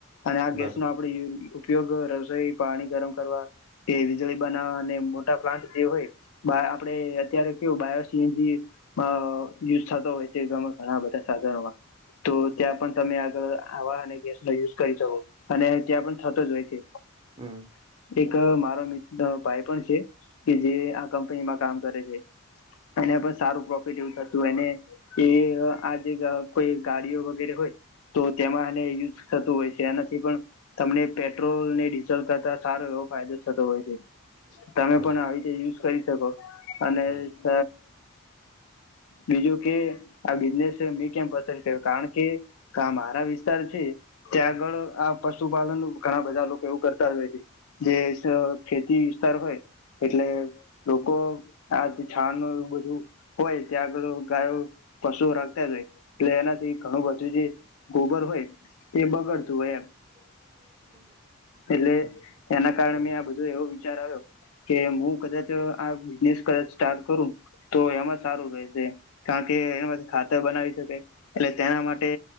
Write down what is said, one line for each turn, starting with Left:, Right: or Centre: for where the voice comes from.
Left: અને આ ગેસ
Right: બરોબર
Left: નો આપડે યુઝ ઉપયોગ રસોઈ પાણી ગરમ કરવા કે વીજળી બનાવવા અને મોટા પ્લાન્ટ જે હોય બ આપડે અત્યારે કેવું બાયો સીએનજી અ યુઝ થતો હોય છે ગ ઘણા બધા સાધનોમાં તો ત્યાં પણ તમે આગળ હવા અને ગેસ નો યુઝ કરી શકો અને ત્યાં પણ થતો જ હોય છે
Right: હમ
Left: એક મારો મિત્ર ભાઈબંધ છે કે જે આ કંપનીમાં કામ કરે છે એને પણ સારું પ્રોફિટ એવું થતું એને એ આજે કોઈ ગાડીઓ વગેરે હોય તો તેમાં એને યુઝ થતું હોય છે એનાથી પણ તમને પેટ્રોલ ને ડીઝલ કરતા સારો એવો ફાયદો થતો હોય છે.
Right: હમ
Left: તમે
Right: બરોબર
Left: પણ આવી રીતે યુઝ કરી શકો અને
Right: હમ
Left: સ બીજું કે આ બિઝનેસ મેં કેમ પસંદ કર્યો કારણ કે કા મારા વિસ્તાર છે ત્યાં
Right: હમ
Left: આગળ આ પશુપાલન ઘણા બધા લોકો એવું કરતા જ હોય છે. જે જ ખેતી વિસ્તાર હોય એટલે
Right: હમ
Left: લોકો આજ છાણ ન એવું બધું હોય ત્યાં આગળ ગાયો પશુ રાખતા જ હોય એટલે એનાથી ઘણું બધું જે ગોબર હોય એ બગાડતું હોય એમ.
Right: <unintelligible>
Left: એટલે
Right: હમ
Left: એના કારણે
Right: હમ
Left: મેં આ બધો એવો વિચાર આવ્યો કે હું કદાચ આ બિઝનેસ કદાચ સ્ટાર્ટ કરું તો એમાં સારું રહેશે કારણ કે એનામાંથી ખાતર બનાવી શકાય એટલે તેના માટે